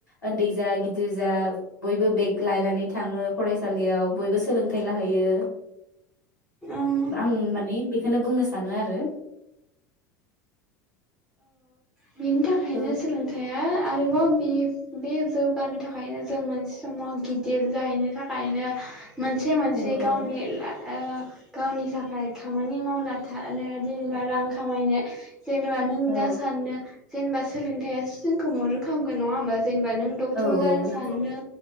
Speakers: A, on the left; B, in the centre.
A: उन्दै जा गिदिर जा बयबो बेग लानानै थाङो फरायसालियाव बयबो सोलोंथाइ लाहैयो
B: औ
A: आं माने बेखौनो बुंनो सानो आरो
B: बिनि थाखायनो
A: औ
B: सोलोंथाइया आरोबाव बे बे जौगानो थाखायनो जों मोनसे समाव गिदिर जाहैनो थाखायनो मोनसे मोनसे
A: औ
B: गावनि
A: औ
B: ला ओ गावनि थाखाय खामानि मावना थानो जेनेबा रां खामायनो जेनेबा नों
A: औ
B: दा सानो जेनेबा सोलोंथायासो जोंखौ मदद खालामगोन नङा होमबा जेनेबा नों डक्टर
A: औ
B: जानो
A: औ नंगौ
B: सानदों